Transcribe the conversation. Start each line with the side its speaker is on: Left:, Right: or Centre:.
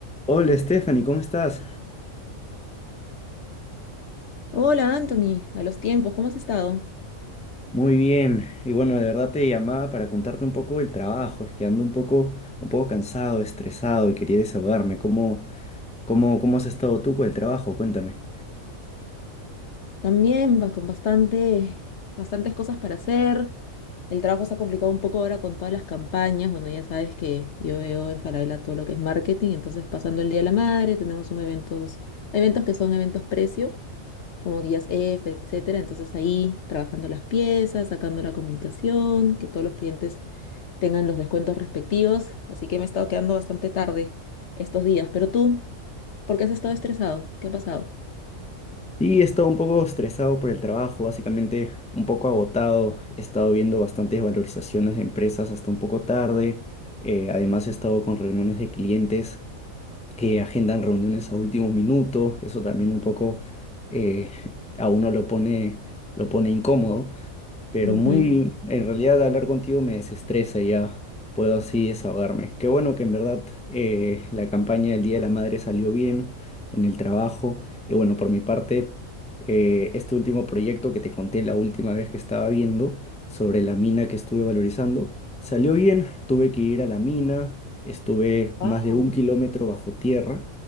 Centre: Hola Stephanie, ¿cómo estás?
Left: Hola Anthony, a los tiempos, ¿cómo has estado?
Centre: Muy bien. Y bueno, de verdad te llamaba para contarte un poco del trabajo. Es que ando un poco, un poco cansado, estresado y quería desahogarme. ¿Cómo, cómo, cómo has estado tú por el trabajo? Cuéntame.
Left: También va con bastante, bastantes cosas para hacer. El trabajo se ha complicado un poco ahora con todas las campañas. Bueno, ya sabes que yo veo en Falabella todo lo que es marketing, entonces pasando el Día de la Madre, tenemos un eventos, eventos que son eventos precio, como días F, etcétera. Entonces ahí trabajando las piezas, sacando la comunicación, que todos los clientes tengan los descuentos respectivos. Así que me he estado quedando bastante tarde estos días. Pero tú, ¿por qué has estado estresado? ¿Qué ha pasado?
Centre: Sí, he estado un poco estresado por el trabajo, básicamente un poco agotado. He estado viendo bastantes valorizaciones de empresas hasta un poco tarde. Eh, además he estado con reuniones de clientes que agendan reuniones a último minuto. Eso también un poco eh, <laughs> a uno lo pone, lo pone incómodo. Pero
Left: Ujú.
Centre: muy, en realidad hablar contigo me desestresa y ya puedo así desahogarme. Qué bueno que en verdad eh, la campaña del Día de la Madre salió bien en el trabajo. Y bueno, por mi parte, eh, este último proyecto que te conté la última vez que estaba viendo sobre la mina que estuve valorizando, salió bien. Tuve que ir a la mina, estuve
Left: Ah,
Centre: más de un kilómetro bajo tierra.